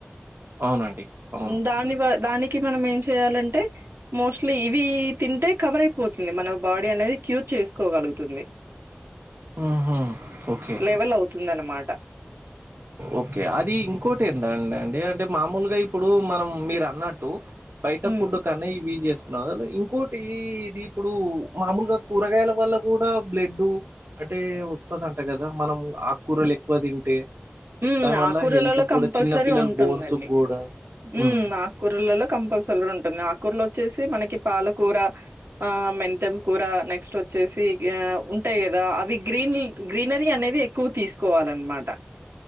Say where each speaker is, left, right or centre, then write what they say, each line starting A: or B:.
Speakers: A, on the right; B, on the right.
A: అవునండి అవును
B: ఉమ్ దాని
A: కరెక్ట్
B: గా దాని కి మనం ఏం చేయాలంటే మోస్ట్లీ ఇవి తింటే కవర్ అయిపోతుంది మన బాడీ అనేది క్యూర్ చేసుకోగలుగుతుంది
A: ఉహు ఓకే
B: లెవెల్ అవుతుంది అనమాట
A: ఓకే అది ఇంకోటి ఏందండి అండి అంటే మామూలుగా ఇప్పుడు మనం మీరు అన్నట్టు బయట
B: హ్మ్.
A: ఫుడ్ కన్నా ఇవి చేస్ ఇంకోటి ఇది ఇప్పుడు మామూలుగా కూరగాయల వల్ల గూడా బ్లడ్డు అంటే వస్తదంట గదా మనం ఆకుకూరలు ఎక్కువ తింటే
B: మ్
A: దానివల్ల
B: ఆకుకూరలలో
A: హెల్త్
B: కంపల్సరీ
A: కూడా చిన్న పిల్లల
B: ఉంటుందండి
A: బోన్స్ కూడా హ్మ్.
B: మ్ ఆకుకూర్లలో కంపల్సరీ ఉంటుంది ఆకూర్లో వచ్చి మనకి పాలకూర ఆ మెంతెం కూర నెక్స్ట్ వచ్చేసి ఉంటాయి గదా అవి గ్రీన్ గ్రీనరీ అనేది ఎక్కువ తీసుకోవాలన్నమాట